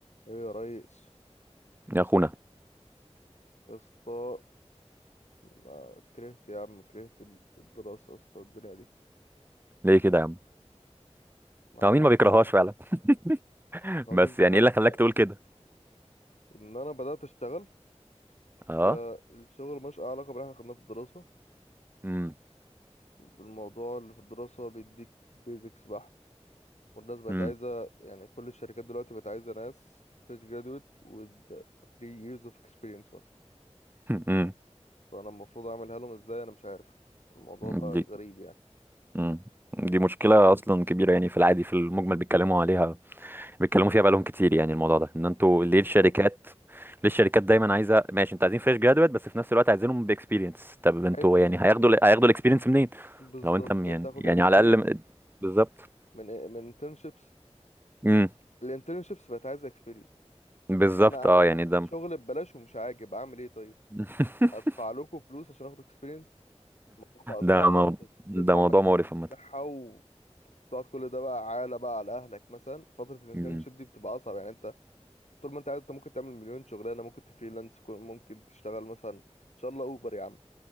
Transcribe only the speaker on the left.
ايه يا ريس
يا اسطى أنا كرهت يا عم كرهت ال- الدراسة يا اسطى الدنيا دي
ما اعرفش
يعني
ما
بالظبط
يعني
ان انا بدأت اشتغل
فالشغل مش علاقة باللي احنا خدناه في الدراسة
الموضوع اللي في الدراسة بيديك بيزكس بحت والناس بقت
عايزة يعني كل الشركات دلوقتي بقت عايزة ناس فريش جرادويت with 3 years of experience مثلا
فانا المفروض اعملها لهم ازاي انا مش عارف الموضوع
بقى
غريب يعني
بالظبط
حلو
بالظبط
تاخد
الاكسبيرينس
من إيه، من internships
الانترنشيبس بقت عايزه اكسبيرينس
طب انا اعمل
إيه؟
شغل ببلاش ومش عاجب اعمل ايه طيب
ادفع لكم فلوس عشان اخد اكسبيرينس الموضوع بقى صعب
يعني
انت بتدفع
مجهود
بتاعها وتقعد كل ده بقى عالة بقى على اهلك مثلا فتره الانترنشيب
دي بتبقى اصعب يعني انت طول ما انت قاعد انت ممكن تعمل مليون شغلانه ممكن تفريلانس كو- ممكن تشتغل مثلا ان شاء الله اوبر يا عم